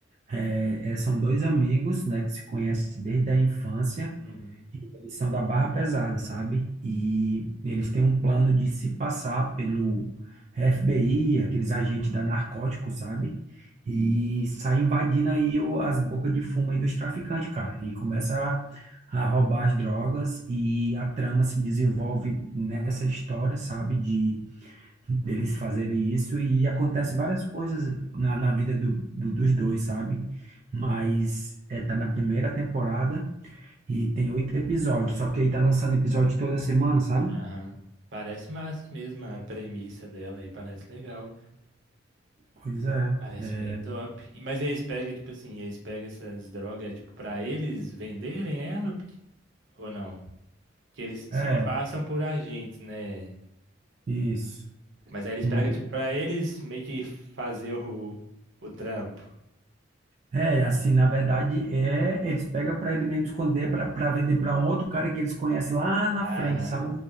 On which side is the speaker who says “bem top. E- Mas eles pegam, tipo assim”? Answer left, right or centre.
Right